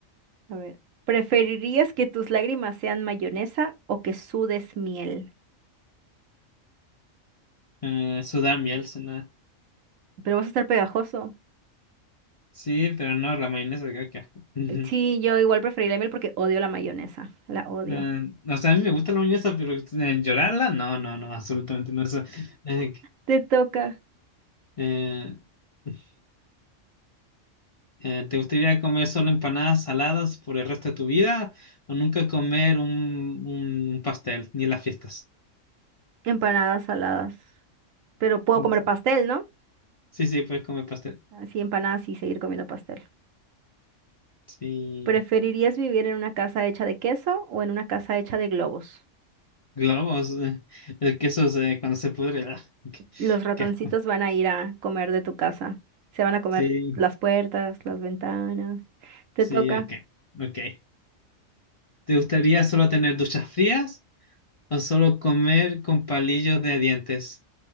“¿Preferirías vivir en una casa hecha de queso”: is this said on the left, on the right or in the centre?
Right